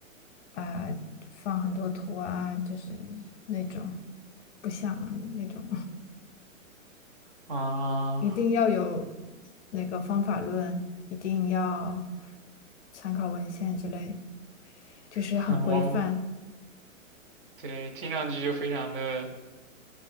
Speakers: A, on the left; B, on the right.
A: 啊、放很多图啊，就是那种不像那种，
B: 啊，
A: <laughs> 一定要有那个方法论，一定要参考文献之类，就是很规范
B: <laughs> 我们对，听上去就非常的。